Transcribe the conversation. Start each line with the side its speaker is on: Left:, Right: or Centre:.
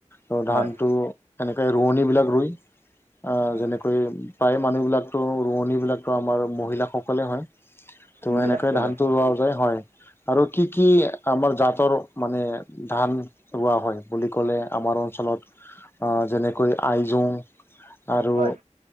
Left: তো ধানটো
Right: হয়
Left: এনেকৈ ৰোৱনী বিলাক ৰুই
Right: হয়
Left: যেনেকৈ প্ৰায় মানুহ বিলাকতো ৰোৱনী বিলাকতো আমাৰ মহিলাসকলে হয়। ত'
Right: মহিলাসকলে
Left: সেনেকৈ ধানতটো লোৱা যায় হয় আৰু কি কি আমাৰ জাতৰ মানে ধান ৰোৱা হয় বুলি ক'লে আমাৰ অঞ্চলত যেনেকৈ আইজোং আৰু
Right: হয়